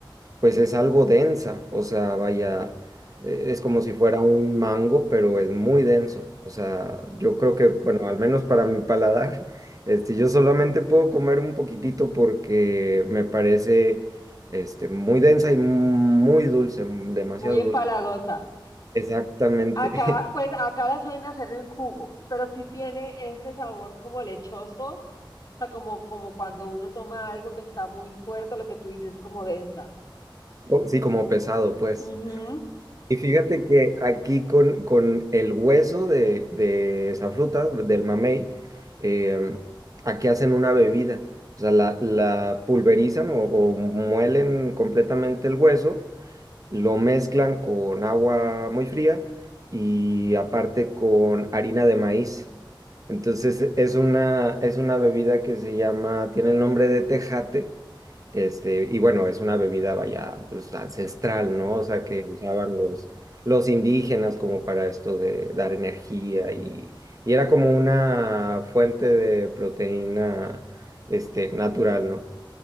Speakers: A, on the right (about 40°); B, on the left (about 45°).
A: pues es algo densa, o sea, vaya, eh, es como si fuera un mango, pero es muy denso. O sea, yo creo que, bueno, al menos para mi paladar, <laughs> este, yo solamente puedo comer un poquitito porque me parece, este, muy densa y muy dulce, demasiado
B: Muy empalagosa.
A: dulce. Exactamente.
B: Acá,
A: <laughs>
B: pues acá la suelen hacer en jugos, pero sí tiene ese sabor como lechoso, o sea, como, como cuando uno toma algo que está muy fuerte, lo que tú dices, es como densa.
A: Sí, como pesado, pues.
B: Ujú.
A: Y fíjate que aquí con, con el hueso de, de esa fruta, del mamey, em, aquí hacen una bebida. O sea, la, la pulverizan o, o muelen completamente el hueso, lo mezclan con agua muy fría y aparte con harina de maíz. Entonces es una, es una bebida que se llama, tiene el nombre de tejate este, y bueno, es una bebida vaya, pues ancestral, ¿no? O sea, que usaban los, los indígenas como para esto de dar energía y, y era como una fuente de proteína, este, natural, ¿no?